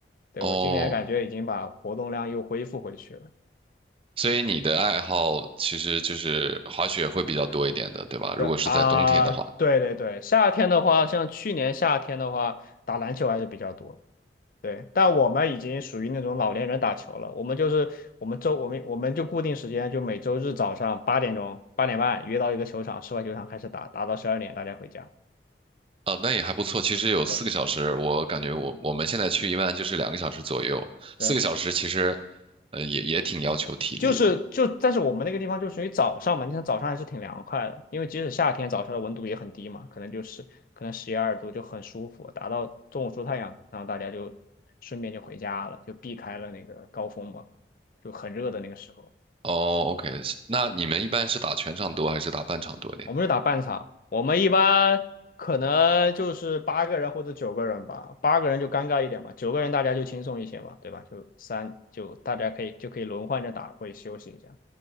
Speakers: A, on the left; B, on the right.
A: 对，
B: 啊，
A: 我今年感觉已经把活动量又恢复回去了。
B: 哦，所以你的爱好其实就是滑雪会比较多一点的，对吧？
A: 对啊，
B: 如果是在冬天的话，
A: 对对对，夏天的话，像去年夏天的话，打篮球还是比较多。对，但我们已经属于那种老年人打球了。我们就是我们周我们我们就固定时间，就每周日早上八点钟八点半约到一个球场，室外球场开始打，打到十二点大家回家。
B: 啊，那也还不错。其实有四个小时，
A: 对
B: 我感觉我我们现在去一般就是两个小时左右，
A: 对，
B: 四个小时其实。呃，也也挺要求体力的。
A: 就是就但是我们那个地方就属于早上嘛，你看早上还是挺凉快的，因为即使夏天早上的温度也很低嘛，可能就是可能十一二度就很舒服，打到中午出太阳，然后大家就顺便就回家了，就避开了那个高峰嘛，就很热的那个时候。
B: 哦，OK，是那你们一般是打全场多还是打半场多点？
A: 我们是打半场，我们一般可能就是八个人或者九个人吧，八个人就尴尬一点嘛，九个人大家就轻松一些嘛，对吧？就三就大家可以就可以轮换着打，会休息一下。